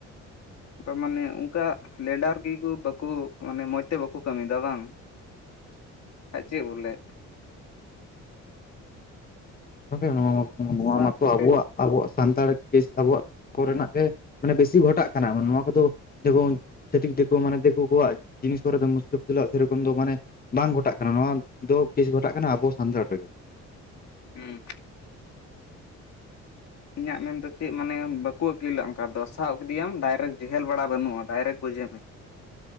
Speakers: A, on the left; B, on the left.
A: ᱛᱚ ᱢᱟᱱᱮ ᱚᱱᱠᱟ ᱞᱮᱰᱟᱨ ᱜᱮᱠᱚ ᱵᱟᱹᱠᱚ ᱢᱟᱱᱮ ᱢᱚᱸᱡᱽ ᱛᱮ ᱵᱟᱠᱚ ᱠᱟᱹᱢᱤᱭᱮᱫᱟ ᱵᱟᱝ᱾
B: <inaudible>
A: ᱠᱷᱟᱡ ᱪᱮᱫ ᱵᱚᱞᱮ
B: ᱜᱚᱝᱠᱮ ᱱᱚᱣᱟ ᱱᱚᱣᱟ
A: ᱥᱟᱵ
B: ᱢᱟᱛᱚ
A: ᱠᱟᱛᱮᱫ
B: ᱟᱵᱚᱣᱟᱜ ᱟᱵᱚᱣᱟᱜ ᱥᱟᱱᱛᱟᱲ ᱠᱮᱥ ᱛᱟᱵᱚᱱ ᱠᱚᱨᱮᱱᱟᱜ ᱜᱮ ᱢᱟᱱᱮ ᱵᱮᱥᱤ ᱜᱷᱚᱴᱟᱜ ᱠᱟᱱᱟ ᱱᱚᱣᱟ ᱠᱚᱫᱚ ᱡᱚᱵᱚᱱ ᱪᱷᱟᱛᱤᱠ ᱫᱤᱠᱩ ᱢᱟᱱᱮ ᱫᱤᱠᱩ ᱠᱚᱣᱟᱜ ᱡᱤᱱᱤᱥ ᱠᱚᱨᱮ <inaudible> ᱥᱮᱨᱚᱠᱚᱢ ᱫᱚ ᱢᱟᱱᱮ ᱵᱟᱝ ᱜᱷᱚᱴᱟᱜ ᱠᱟᱱᱟ ᱱᱚᱣᱟ ᱫᱚ ᱠᱮᱥ ᱜᱷᱚᱴᱟᱜ ᱠᱟᱱᱟ ᱟᱵᱚ ᱥᱟᱱᱛᱟᱲ ᱨᱮᱜᱮ᱾
A: ᱦᱩᱸ ᱤᱧᱟᱹᱜ ᱢᱮᱱᱫᱚ ᱪᱮᱫ ᱢᱟᱱᱮ ᱵᱟᱠᱚ ᱟᱹᱠᱤᱞ ᱟᱜ ᱚᱱᱠᱟ ᱫᱚ ᱥᱟᱵ ᱠᱮᱫᱮᱭᱟᱢ ᱰᱟᱭᱨᱮᱠᱴ ᱡᱮᱦᱮᱞ ᱵᱟᱲᱟ ᱵᱟᱹᱱᱩᱜᱼᱟ ᱰᱟᱭᱨᱮᱠᱴ ᱜᱚᱡᱮ ᱢᱮ᱾
B: <inaudible>